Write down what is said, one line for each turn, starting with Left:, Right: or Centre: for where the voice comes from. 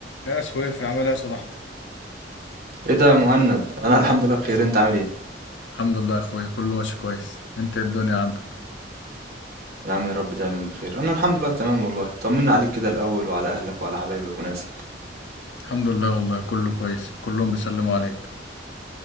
Left: يا سويفي عامل ايه يا صاحبي
Right: ايه ده يا مهند انا الحمد لله بخير انت عامل ايه
Left: الحمد لله يا اخويا كله ماشي كويس انت إيه الدنيا عندك
Right: يا عم يا رب دايما بخير انا الحمد لله تمام والله طمنا عليك كده الاول وعلى اهلك وعلى حبايبك وناسك
Left: الحمد لله والله كله كويس كلهم بيسلموا عليك